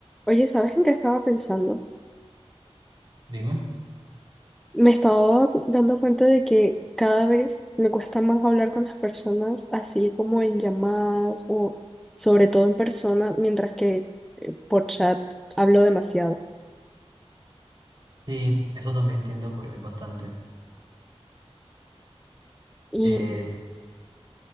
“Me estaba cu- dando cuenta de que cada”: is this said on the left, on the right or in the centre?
Centre